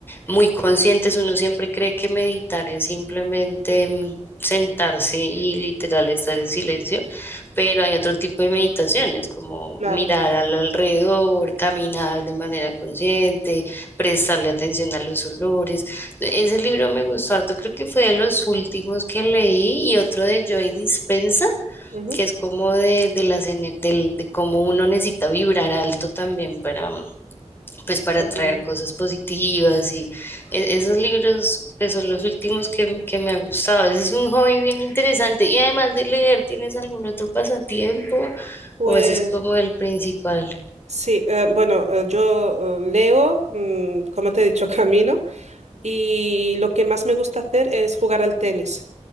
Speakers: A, on the left (about 20°); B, on the right (about 70°).
A: muy conscientes. Uno siempre cree que meditar es simplemente mm, sentarse y literal estar en silencio, pero hay otro tipo de meditaciones, como
B: Claro.
A: mirar al alrededor, caminar de manera consciente, prestarle atención a los olores. Ese libro me gustó harto, creo que fue de los últimos que leí y otro de Joy Dispensa,
B: Ujú.
A: que es como de, de las ener- del- de cómo uno necesita vibrar alto también para, pues para
B: Qué
A: atraer
B: bueno.
A: cosas positivas y e- esos libros pues, son los últimos que, que me ha gustado. Ese es un hobby bien interesante y además de leer, ¿tienes algún otro pasatiempo
B: Pues
A: o ese es como el principal?
B: sí, eh, bueno, eh, yo eh, leo, mm, como te he dicho, <laughs> camino. y lo que más me gusta hacer es jugar al tenis.